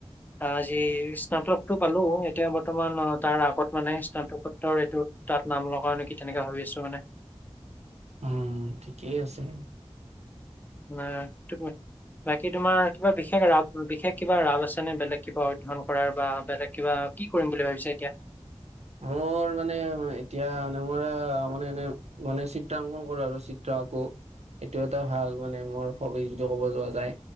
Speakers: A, on the left; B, on the right.
A: আ যি স্নাতকটো পালোঁ এতিয়া বৰ্তমান অ' তাৰ আগত মানে স্নাতকোত্তৰ এইটো তাত নাম লগাওঁ নেকি তেনেকে ভাবি আছোঁ মানে।
B: উম, ঠিকেই আছে।
A: নাই <unintelligible> বাকী তোমাৰ কিবা বিশেষ ৰাপ বিশেষ কিবা ৰাপ আছেনে বেলেগ কিবা অধ্যয়ণ কৰাৰ বা বেলেগ কিবা কি কৰিম বুলি ভাবিছা এতিয়া?
B: মোৰ মানে এতিয়া মানে মোৰ মানে এনে মানে চিত্ৰাংকন কৰো আৰু চিত্ৰা আকৌ। এইটো এটা ভাল মানে মোৰ হবি যিটো ক'ব যোৱা যায়